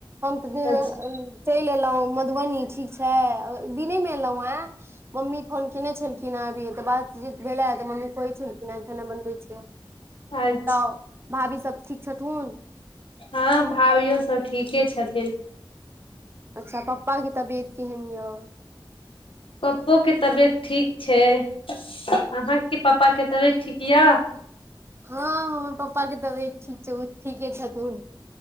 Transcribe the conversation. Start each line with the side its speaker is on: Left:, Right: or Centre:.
Right: हम तै <unintelligible>
Left: अच्छा
Right: चैल ऐल। एलौ मधुबनी ठीक छै, ए दिने मे एलौ ऐ, मम्मी फोन केने छलखिन अभीये तऽ बातचीत भेले तऽ मम्मी कहै छलखिन हे खेना बनबै छियौ।
Left: अच्छ। <unintelligible>
Right: ह, भाभी सब ठीक छथुन। <unintelligible>
Left: हां भाभियो सब ठीके छथिन। <unintelligible>
Right: अच्छा पप्पाके तबियत केहेन य। <unintelligible>
Left: पप्पो के तबियत ठीक छै। <unintelligible> अहाँ के पप्पा के तबियत ठीक यऽ? <unintelligible>
Right: हां हमर पप्पा के तबियत ठीक छै, उ ठीके छथुन